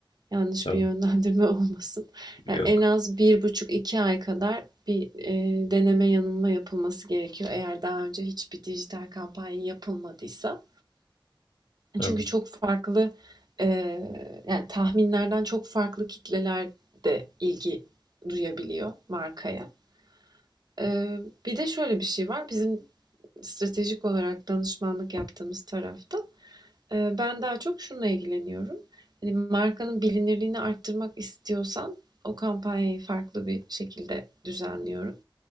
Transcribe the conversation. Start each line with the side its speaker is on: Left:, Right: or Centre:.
Right: Yanlış
Left: tamam.
Right: bir yönlendirme <laughs> olmasın.
Left: Yok.
Right: Yani en az bir buçuk iki ay kadar bir eee, deneme yanılma yapılması gerekiyor. Eğer daha önce hiçbir dijital kampanya yapılmadıysa.
Left: Tabii.
Right: Çünkü çok farklı, eee, yani tahminlerden çok farklı kitleler de ilgi duyabiliyor markaya. Eee, bir de şöyle bir şey var. Bizim stratejik olarak danışmanlık yaptığımız tarafta eee, ben daha çok şununla ilgileniyorum. Yani markanın bilinirliğini arttırmak istiyorsan o kampanyayı farklı bir şekilde düzenliyorum.